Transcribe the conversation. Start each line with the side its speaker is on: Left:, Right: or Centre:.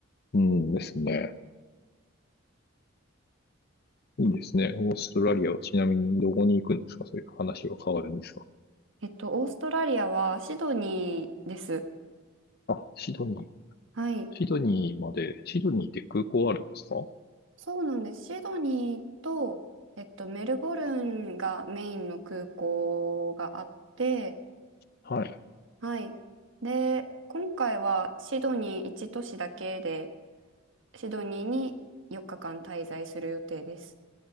Left: うんですね。いいですね。オーストラリアはちなみにどこに行くんですかそういう話は変わるんですか
Right: えっと、オーストラリアはシドニーです。
Left: あ、シドニー。
Right: はい。
Left: シドニーまで、シドニーって空港あるんですか
Right: そうなんです。シドニーと、えっと、メルボルンがメインの空港があって、
Left: はい。
Right: はい。で、今回はシドニー1都市だけで、シドニーに4日間滞在する予定です。